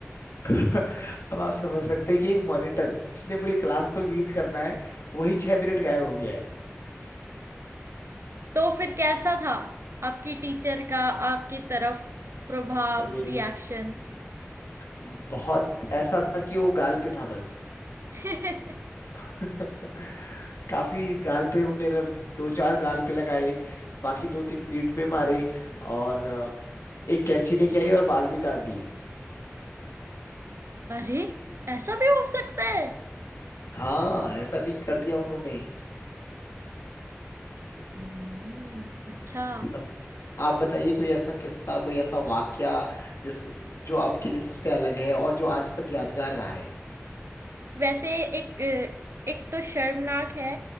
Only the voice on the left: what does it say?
<laughs> अब आप समझ सकते हैं कि एक मॉनिटर जिसने पूरी क्लास को लीड करना है वही छह पीरियड गायब हो गया है
और ये
बहुत ऐसा था कि वो गाल पे था बस
<laughs> काफी गाल पे उन्होंने दो चार गाल पे लगाए बाकी दो तीन पीठ पे मारे और अ, एक कैंची लेके आई और बाल भी काट दिए
हाँ ऐसा भी कर दिया उन्होंने
सम... आप बताइए कोई ऐसा किस्सा कोई ऐसा वाक्या जिस जो आपके लिए सबसे अलग है और जो आज तक यादगार रहा है